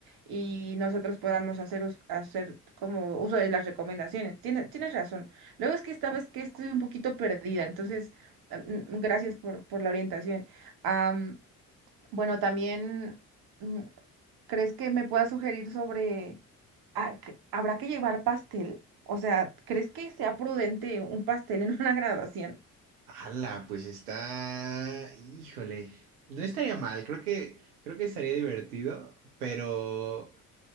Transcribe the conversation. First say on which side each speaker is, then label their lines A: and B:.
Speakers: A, on the right; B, on the right.
A: y nosotros podamos hacer, us- hacer como uso de las recomendaciones. Tienes, tienes razón. Luego es que esta vez que estoy un poquito perdida, entonces mm, gracias por, por la orientación. Am, bueno, también... mm, ¿Crees que me puedas sugerir sobre, ah, que- ¿habrá que llevar pastel? O sea, ¿crees que sea prudente un pastel en <laughs> una graduación?
B: Ala, pues está, híjole, no estaría mal, creo que, creo que estaría divertido, pero